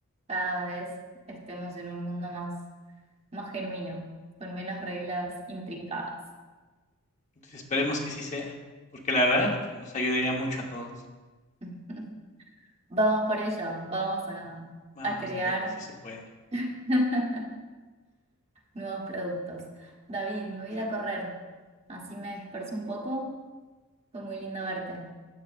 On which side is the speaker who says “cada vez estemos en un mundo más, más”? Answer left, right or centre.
Right